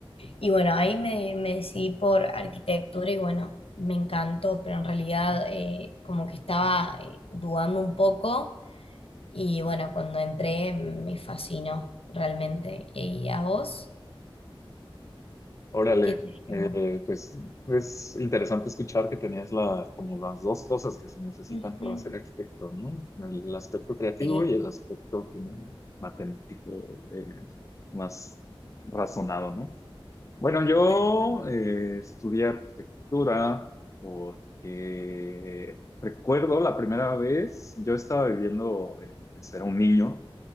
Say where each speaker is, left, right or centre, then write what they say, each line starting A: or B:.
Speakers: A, on the left (about 85°); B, on the left (about 35°).
A: Y bueno, ahí me, me decidí por arquitectura y bueno, me encantó, pero en realidad eh, como que estaba eh, dudando un poco y bueno, cuando entré me fascinó realmente. ¿Y a vos?
B: Órale,
A: ¿Qué te
B: eh,
A: llamó?
B: pues es interesante escuchar que tenías la, como las dos cosas que se necesitan
A: Ujú,
B: para ser arquitecto, ¿no? El aspecto creativo
A: Sí,
B: y el aspecto como matemático, eh, más razonado, ¿no? Bueno, yo
A: tal cual.
B: eh, estudié arquitectura porque recuerdo la primera vez, yo estaba viviendo, eh, pues era un niño,